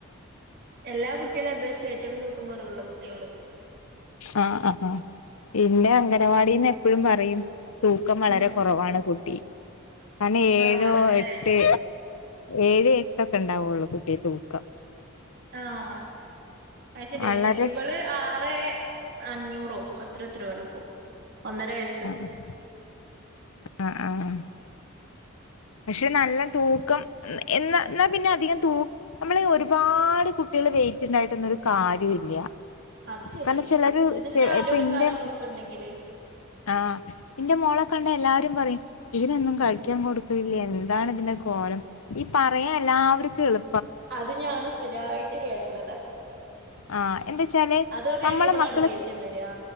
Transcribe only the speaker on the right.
എല്ലാ കുട്ട്യേളിം അപേക്ഷിച്ച് ഏറ്റവും തൂക്കം കൊറവുള്ള കുട്ട്യാ ഓള്.
ഉം
കുറവാണെന്നല്ലേ
ആഹ്. അയ്ശരിയാ
ഇവള് ആറെ അഞ്ഞൂറോ അത്രെ എത്രോ ആണ്പ്പോ ഒന്നര വയസ്സ്.
<inaudible>
അത് ശരിയാണ്
എല്ലത്തിനും
ഒരു ആരോഗ്യം
കാര്യങ്ങളൊക്കെ ഉണ്ടെങ്കില്
ഉം
അത് ഞാനും സ്ഥിരായിട്ട് കേക്ക്ണതാ.
അതൊക്കെ കേക്കുമ്പളാണ്
ദേഷ്യം വെരാ.